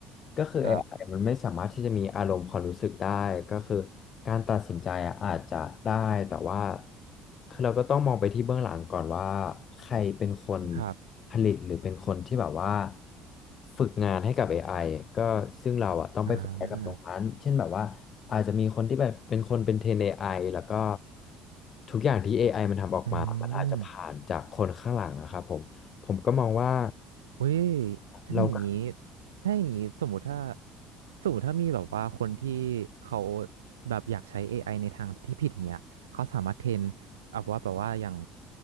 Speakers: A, on the left; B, on the right.
A: ก็คือเอไอมันไม่สามารถที่จะมีอารมณ์ความรู้สึกได้ก็คือการตัดสินใจอะอาจจะได้แต่ว่า
B: ครับ
A: คือเราก็ต้องมองไปที่เบื้องหลังก่อนว่าใครเป็นคน
B: ครับ
A: ผลิตหรือเป็นคนที่แบบว่าฝึกงานให้กับ a อไอก็ซึ่งเราอะต้องไปโฟกัสกับตรงนั้นเช่นแบบว่าอาจจะมีคนที่แบบเป็นคนเป็นเทรนเอไอแล้วก็
B: อ่า
A: ทุกอย่างที่ a อไอมันทำออกมามันอาจจะผ่านจากคนข้างหลังอะครับผมผมก็มองว่า
B: อืม เว้ยถ้าอย่างนี้
A: เราก็
B: ถ้าอย่างนี้สมมติถ้าสมมติถ้ามีแบบว่าคนที่เขาแบบอยากใช้ AI ในทางที่ผิดอย่างเงี้ยเขาสามารถเทรนเอาว่าแบบว่าอย่าง